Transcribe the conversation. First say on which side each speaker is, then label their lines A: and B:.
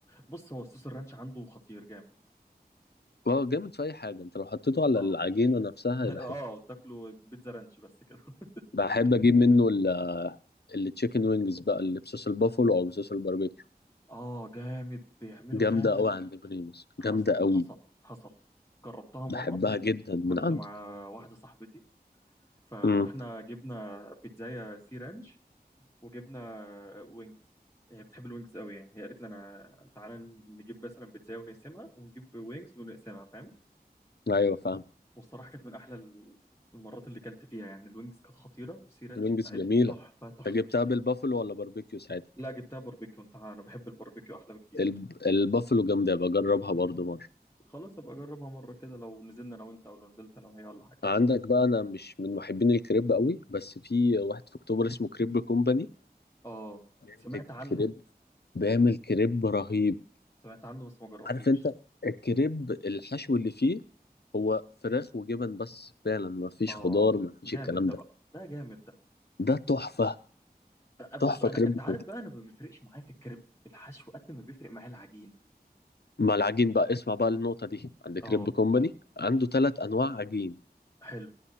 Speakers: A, on the left; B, on the left.
A: بص هو صوص الرانش عنده خطير جامد
B: اه جامد في اي حاجه انت لو حطيته على
A: اه
B: العجينه نفسها
A: <laughs>
B: يبقى حلو
A: اه تاكله بيتزا رانش بس كده <laughs>
B: بحب اجيب منه ال التشيكن وينجز بقى اللي بصوص البافلو او بصوص الباربيكيو
A: اه جامد بيعمله
B: جامده
A: جامد
B: قوي عند بريموس
A: حصل
B: جامده قوي
A: حصل حصل جربتها
B: بحبها
A: مرة
B: جدا من
A: كنت
B: عنده
A: مع واحدة صاحبتي فرحنا
B: امم
A: جبنا بيتزاية سي رانش وجبنا وينجز هي بتحب الوينجز قوي يعني هي قالت لي انا تعالى نجيب مثلا بيتزاية ونقسمها ونجيب وينجز ونقسمها فاهم
B: ايوه فاهم
A: والصراحة كانت من احلى ال- المرات اللي كلت فيها يعني الوينجز كانت خطيرة والسي رانش
B: وينجز
A: بتاعت
B: جميلة
A: تحفة تحفة
B: انت جبتها بالبافلو ولا باربيكيو ساعتها
A: لا جبتها باربيكيو انت انا بحب الباربيكيو احلى بكتير
B: الب... البافلو جامدة بجربها برضو مرة
A: خلاص ابقى اجربها مرة كده لو نزلنا انا وانت او لو نزلت انا وهي ولا حاجة
B: عندك بقى انا مش من محبين الكريب قوي بس في واحد في اكتوبر اسمه كريب كومباني
A: اه
B: بيعمل
A: سمعت
B: الكريب
A: عنه
B: بيعمل كريب رهيب
A: سمعت عنه بس ما جربتوش
B: عارف انت الكريب الحشو اللي فيه هو فراخ وجبن بس فعلا ما فيش
A: اه
B: خضار ما فيش
A: جامد
B: الكلام
A: ده
B: ده
A: بقى ده جامد ده
B: ده تحفة
A: آه، بص
B: تحفة
A: انا
B: كريب
A: انت
B: كومباني
A: عارف بقى انا ما بيفرقش معايا في الكريب الحشو قد ما بيفرق معايا العجينه
B: مع العجين بقى اسمع بقى النقطة دي عند كريب
A: اه
B: كومباني عنده ثلاث انواع عجين
A: حلو